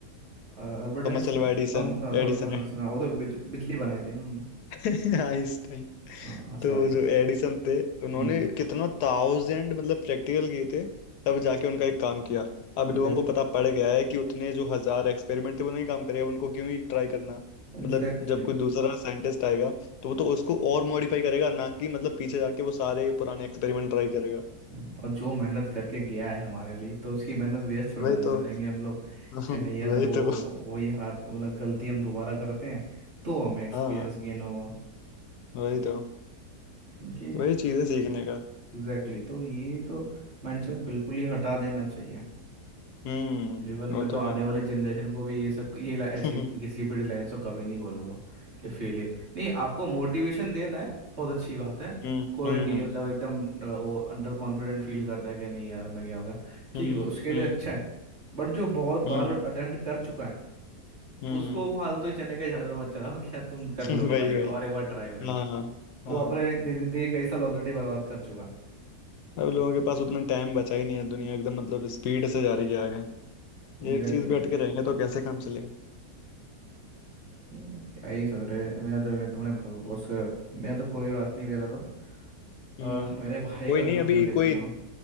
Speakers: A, on the right; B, on the left.
A: अ, Albert Einstein
B: Thomas Alva Edison
A: थॉमस एडिसन
B: Edison
A: वो तो बिज, बिजली बनाई थी ना उन्होंने
B: <laughs> Einstein
A: हाँ
B: तो
A: सॉरी
B: जो एडिसन थे उन्होंने
A: हम्म
B: कितना थाउजेंड मतलब प्रैक्टिकल किए थे तब जाके उनका एक काम किया अब
A: एग्जैक्टली
B: लोगों को पता पड़ गया है कि उतने जो हजार एक्सपेरिमेंट थे वो नहीं काम करे अब उनको क्यों ही ट्राई करना
A: Exactly
B: मतलब जब कोई
A: exactly.
B: दूसरा साइंटिस्ट आएगा तो वो तो उसको और मॉडिफाई करेगा ना कि मतलब पीछे जाके वो सारे पुराने एक्सपेरिमेंट ट्राई करेगा
A: हम्म, और जो मेहनत करके गया है हमारे लिए तो उसकी मेहनत वेस्ट थोड़ी
B: वही
A: ना जाने
B: तो
A: देंगे हम लोग
B: <laughs>
A: क्या नहीं यार
B: वही
A: हम वो
B: तो
A: वही हार मतलब गलती हम दोबारा करते हैं तो हमें एक्सपीरियंस
B: हाँ
A: गेन होगा
B: वही तो
A: क्योंकि
B: वही चीज है सीखने का
A: एग्जैक्टली exactly. तो ये तो माइंडसेट बिल्कुल ही हटा देना चाहिए
B: हम्म
A: जीवन
B: वो
A: में तो
B: तो
A: आने
B: है
A: वाले
B: <laughs>
A: जनरेशन को भी ये सब ये ला- ऐसी
B: हम्म
A: किसी भी लाइन तो कभी नहीं बोलूंगा कि फेलियर नहीं आपको मोटिवेशन देना है बहुत अच्छी बात है
B: हम्म
A: कोई डी
B: हम्म
A: मतलब एकदम अ, वो अंडर कॉन्फिडेंट फील कर रहा है कि नहीं यार मैं क्या हो गया ठीक
B: हम्म
A: है उसके
B: हम्म
A: लिए अच्छा
B: हम्म
A: है बट जो बहुत बार
B: हम्म
A: बार अटेम्प्ट कर चुका है
B: हम्म
A: उसको फालतू ही चने के झड़ पे मत चलाओ क्या तुम कर
B: <laughs>
A: लोगे
B: वही
A: भाई
B: वही
A: और एक बार ट्राई कर लो
B: हाँ हाँ
A: वो अपने जिंदगी कई साल ऑलरेडी बर्बाद कर चुका है
B: अब लोगों के पास उतना टाइम बचा ही नहीं है दुनिया एकदम मतलब स्पीड से जा रही है आगे
A: एग्जैक्टली
B: ये एक चीज पे अटके रहेंगे तो कैसे काम चलेगा
A: हम्म, क्या ही सोच रहे मैं तो मैं तुमने बहु- उस मैं तो कोई बात नहीं मेरा तो
B: हम्म
A: आह, मेरे भाई
B: कोई
A: का
B: नहीं
A: ज़रूर
B: अभी
A: मैं देखूंगा
B: कोई